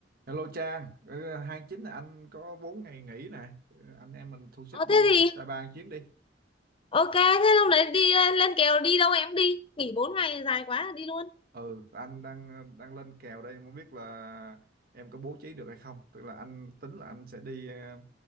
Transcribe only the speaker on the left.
Ờ
thế
thì
ok thế lúc đấy đi lên, lên kèo đi đâu em đi nghỉ 4 ngày dài quá đi luôn